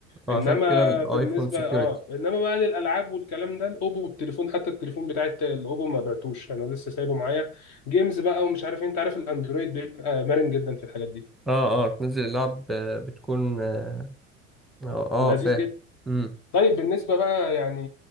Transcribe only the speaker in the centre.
فعشان
كده الايفون
سكيورتي
اه اه تنزل اللعب آه، بتكون اه اه آه،
فاهم
امم